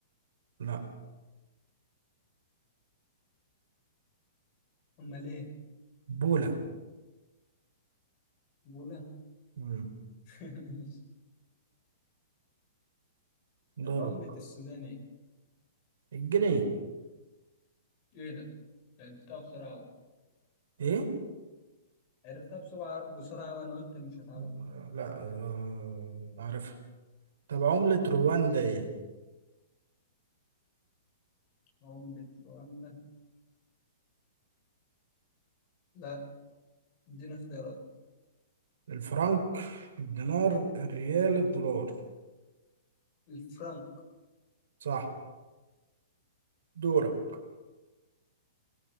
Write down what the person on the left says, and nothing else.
أمال إيه
بولا
<laughs>
طب عملة السودان إيه
إيه ده عرفتها بسرعة أوي
عرفتها بسرعة بسرعة وأنا قلت مش هتعرف
عملة رواندا لا اديني اختيارات
الفرنك